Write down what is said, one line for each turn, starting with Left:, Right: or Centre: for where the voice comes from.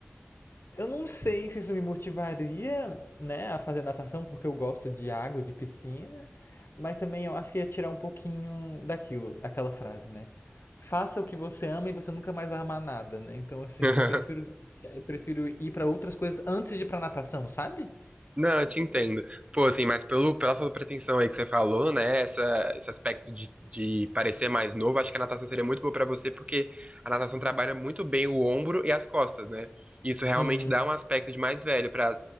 Left: eu não sei se isso me motivaria, né, a fazer natação, porque eu gosto de água, de piscina. Mas também eu acho que ia tirar um pouquinho daquilo, aquela frase, né? Faça o que você ama e você nunca mais vai amar nada, né? Então, assim,
Right: <laughs>
Left: eu prefiro, eu prefiro ir pra outras coisas antes de ir pra natação, sabe?
Right: Não, eu te entendo. Pô, assim, mas pelo, pela sua pretensão aí que você falou, né? Essa, esse aspecto de, de parecer mais novo, acho que a natação seria muito boa pra você, porque a natação trabalha muito bem o ombro e as costas, né? Isso realmente
Left: Sim.
Right: dá um aspecto de mais velho para